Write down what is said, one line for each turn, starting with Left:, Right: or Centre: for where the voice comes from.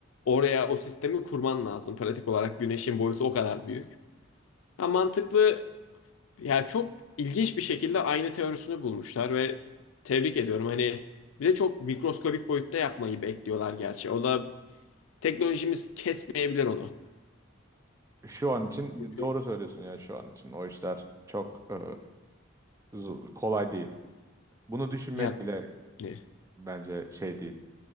Left: Oraya o sistemi kurman lazım. Pratik olarak güneşin boyutu o kadar büyük. Ha, mantıklı ya çok ilginç bir şekilde aynı teorisini bulmuşlar ve tebrik ediyorum. Hani bir de çok mikroskobik boyutta yapmayı bekliyorlar gerçi. O da teknolojimiz kesmeyebilir onu.
Right: Şu an için
Left: Çünkü
Right: doğru söylüyorsun ya şu an için o işler çok e, zu- kolay değil. Bunu düşünmek
Left: ya
Right: bile
Left: ne?
Right: bence şey değil.